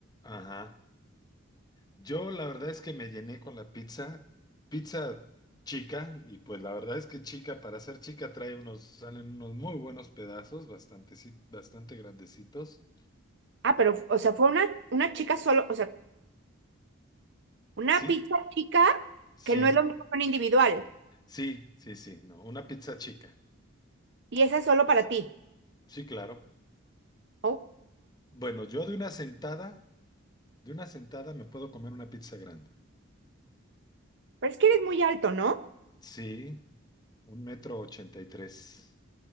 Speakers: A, on the left; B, on the right.
A: Ajá. Yo la verdad es que me llené con la pizza, pizza chica, y pues la verdad es que chica, para ser chica trae unos, salen unos muy buenos pedazos, bastante, si, bastante grandecitos.
B: Ah, pero, o sea, fue una, una chica solo, o sea, una
A: Sí,
B: pizza chica
A: sí,
B: que no es lo mismo que un individual.
A: sí, sí, sí, no, una pizza chica.
B: Y esa es solo para ti.
A: Sí, claro.
B: Oh,
A: Bueno, yo de una sentada, de una sentada me puedo comer una pizza grande.
B: pero es que eres muy alto, ¿no?
A: Sí, un metro ochenta y tres.